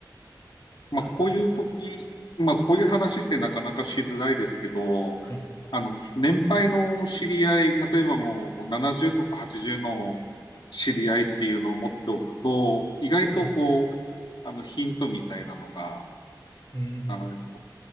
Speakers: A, on the left (about 85°); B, on the left (about 35°).
A: まあ、
B: はい。
A: こういう時、まあ、こういう話ってなかなかしづらいですけど、
B: はい。
A: あの、年配の知り合い、例えばもう70とか80の知り合いっていうのを持っておくと、意外とこう、
B: はい。
A: あの、ヒントみたいなのが、
B: うーん。
A: あの、